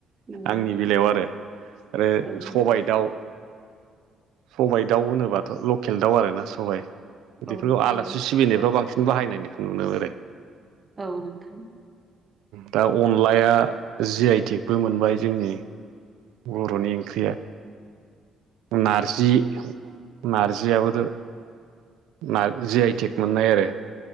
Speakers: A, on the right; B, on the right.
A: औ
B: आंनि
A: नोंथां
B: बेलायाव आरो आरो
A: औ नोंथां
B: सबाय दाउ सबायाइ दाउ होनोबाथ' लकेल दाउ आरो ना सबाय
A: औ
B: बेफोरखौ आलासि
A: नोंथां
B: सिबिनायफ्राव बांसिन बाहायनायखौ नुनो मोन आरोै
A: औ नोंथां
B: दा अनलाया जि आइ टेकबो मोनबाय जोंनि बर'नि ओंख्रिया नारजि नारजियाबोथ' ना जि आइ टेक मोननाय आरो